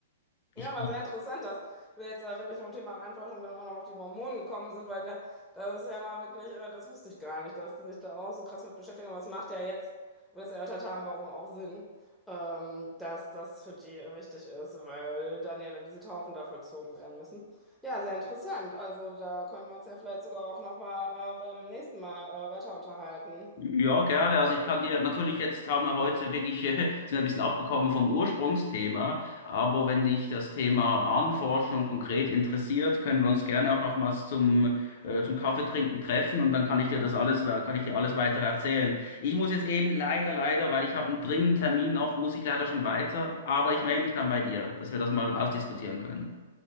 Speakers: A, on the left; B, in the centre.
A: ich.
B: Ja, aber sehr interessant, dass wir jetzt da wirklich vom Thema Ahnenforschung dann auch noch auf die Mormonen gekommen sind, weil da, das ist ja mal wirklich, äh, das wusste ich gar nicht, dass die sich da auch so krass mit beschäftigen. Aber es macht ja jetzt, wo wir das erörtert haben, warum auch Sinn, ähm, dass das für die wichtig ist, weil dann ja dann diese Taufen da vollzogen werden müssen. Ja, sehr interessant. Also da können wir uns ja vielleicht sogar auch noch mal äh, beim nächsten Mal äh, weiter unterhalten.
A: Ja, gerne. Also ich kann dir natürlich jetzt haben wir heute wirklich <laughs> äh, sind wir ein bisschen abgekommen vom Ursprungsthema, aber wenn dich das Thema Ahnenforschung konkret interessiert, können wir uns gerne auch nochmals zum äh, zum Kaffeetrinken treffen und dann kann ich dir das alles kann ich dir alles weiter erzählen. Ich muss jetzt eben leider leider, weil ich habe einen dringenden Termin noch, muss ich leider schon weiter, aber ich
B: Mhm.
A: melde mich dann bei dir, dass wir das mal ausdiskutieren können.